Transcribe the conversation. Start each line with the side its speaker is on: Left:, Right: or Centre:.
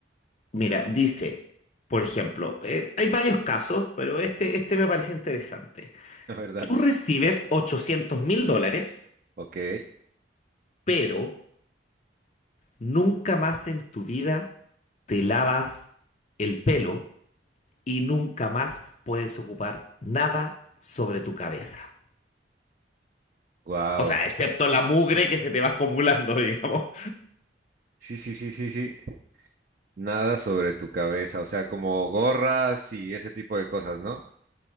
Left: Mira, dice, por ejemplo, eh, hay varios casos, pero este, este me parece interesante.
Right: A ver, dale.
Left: Tú recibes ochocientos mil dólares,
Right: Ok.
Left: pero nunca más en tu vida te lavas el pelo y nunca más puedes ocupar nada sobre tu cabeza.
Right: Wow.
Left: O sea, excepto la mugre que se te va acumulando, <laughs> digamos.
Right: Sí, sí, sí, sí, sí. Nada sobre tu cabeza. O sea, como gorras y ese tipo de cosas, ¿no?